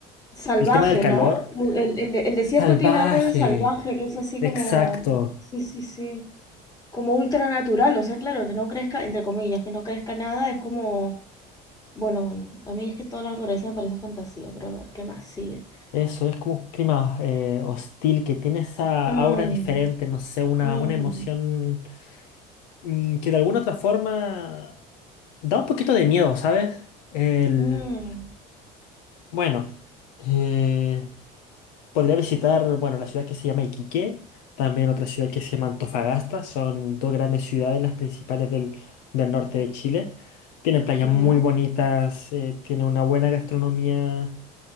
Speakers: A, on the left; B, on the left.
A: Salvaje,
B: el tema del calor.
A: ¿no? El, el- de- el desierto
B: Salvaje.
A: tiene algo de salvaje, que es así
B: Exacto.
A: como, sí, sí, sí, como ultranatural, o sea, claro, que no crezca, entre comillas, que no crezca nada, es como Bueno, bueno, a mí es que toda la naturaleza me parece fantasía, pero a ver, ¿qué más sigue?
B: Eso es como un clima eh, hostil que tiene esa
A: Mm,
B: aura diferente, no sé, una,
A: mm,
B: una emoción mm, que de alguna otra forma da un poquito de miedo, ¿sabes? El,
A: mm,
B: bueno, eh, Podría visitar, bueno, la ciudad que se llama Iquique, también otra ciudad que se llama Antofagasta, son dos grandes ciudades, las principales del, del norte de Chile. Tienen playas
A: ya.
B: muy bonitas, eh, tienen una buena gastronomía